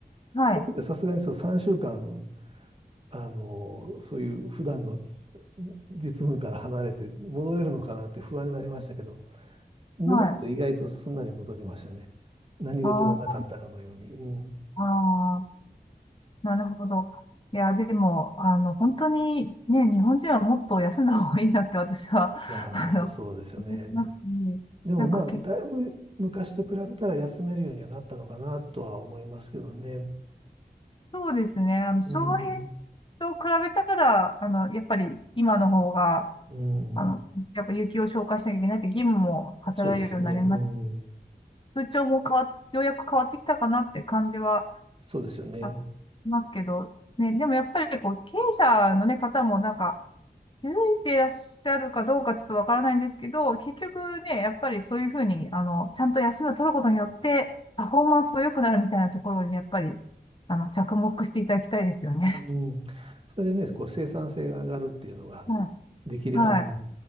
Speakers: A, on the left; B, on the right.
A: はい、
B: その時はさすがにそう3週間あの、そういう普段の実務から離れて戻れるのかなって不安になりましたけど、戻ると意外とすんなり戻りましたね。
A: はい。
B: 何事もなかったかのように。
A: ああ、そ
B: うん、
A: う、ああ。なるほど。いや、でも、あの、本当にね、日本人はもっと休んだ方がいいなって私は、
B: いやー、
A: <laughs> あの、
B: 本当そうですよね。
A: 思いますね。
B: でもまあ、
A: なんかけ、
B: だいぶ昔と比べたら休めるようにはなったのかなとは思いますけどね。
A: そうですね。あの、昭和平成と比べたら、
B: うん、
A: あの、やっぱり今の方が、
B: うん、
A: あの、やっぱ有給を消化しなきゃいけないって義務も課せられるようになります。
B: そうですよね。うん、
A: 風潮も変わっ、ようやく変わってきたかなって感じは
B: そうですよね。
A: ありますけど、ね、でもやっぱりこう、経営者のね、方もなんか、気づいていらっしゃるかどうかちょっとわからないんですけど、結局ね、やっぱりそういうふうに、あの、ちゃんと休みを取ることによって、パフォーマンスも良くなるみたいなところに、やっぱり、あの、着目していただきたいですよね。
B: うん、それでね、こう生産性が上がるっていうのが
A: <laughs>
B: できる、
A: はい。
B: あの、